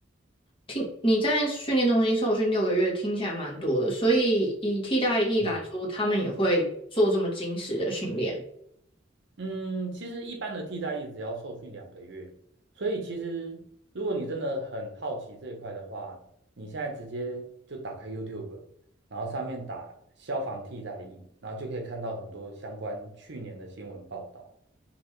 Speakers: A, on the left; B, on the right.
A: 听你在训练中心受训六个月，听起来蛮多的，所以以替代役来说，
B: 嗯
A: 他们也会做这么精实的训练，
B: 嗯，其实一般的替代役只要受训两个月，所以其实如果你真的很好奇这一块的话，你现在直接就打开 YouTube，然后上面打消防替代役，然后就可以看到很多相关去年的新闻报道。